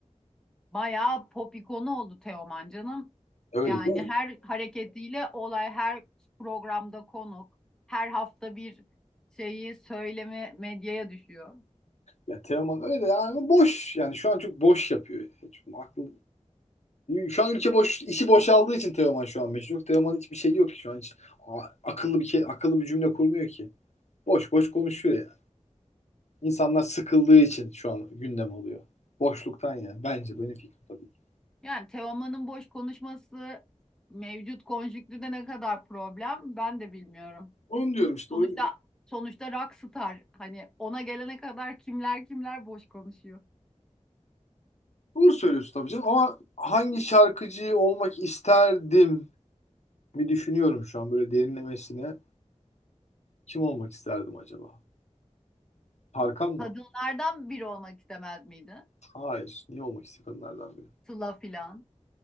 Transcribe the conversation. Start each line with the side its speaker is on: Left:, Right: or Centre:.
Centre: Bayağı pop ikonu oldu Teoman canım.
Left: Öyle
Centre: Yani
Left: değil
Centre: her
Left: mi?
Centre: hareketiyle olay, her programda konuk, her hafta bir şeyi söyleme medyaya düşüyor.
Left: Ya Teoman öyle yani ama boş. Yani şu an çok boş yapıyor. Hiç aklı... Şu an ülke boş, işi boşaldığı için Teoman şu an meşhur. Teoman hiçbir şey yok ki şu an hiç. a- akıllı bir ke- akıllı bir cümle kurmuyor ki. Boş boş konuşuyor yani. İnsanlar sıkıldığı için şu an gündem oluyor. Boşluktan yani. Bence benim fikrim tabii ki.
Centre: Yani Teoman'ın boş konuşması mevcut konjüktürde ne kadar problem ben de bilmiyorum.
Left: Onu diyorum işte.
Centre: Sonuçta
Left: O,
Centre: sonuçta rockstar hani ona gelene kadar kimler kimler boş konuşuyor.
Left: doğru söylüyorsun tabii canım. Ama hangi şarkıcı olmak isterdim bir düşünüyorum şu an böyle derinlemesine. Kim olmak isterdim acaba? Tarkan mı?
Centre: Kadınlardan biri olmak istemez miydi?
Left: Hayır. Niye olmak istiyor kadınlardan biri?
Centre: Sıla filan.